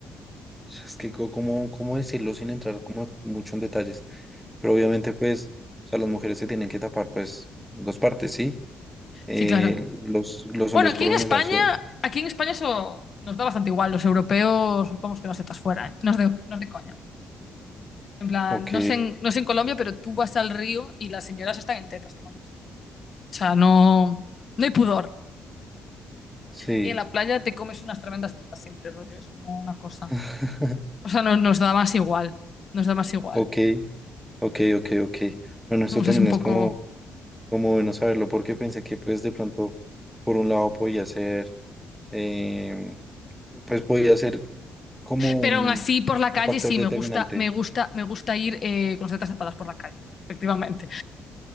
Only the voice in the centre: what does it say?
es que co- cómo, cómo decirlo sin entrar como mucho en detalles, pero obviamente pues, o sea, las mujeres se tienen que tapar pues dos partes, ¿sí? Eh,
los, los
hombres
por
lo
general son,
ok,
sí,
<laughs>
ok, ok, ok, ok. Bueno, esto
también
es como, como bueno saberlo porque pensé que pues de pronto por un lado podía ser eh, pues podía ser como
un,
un factor
determinante.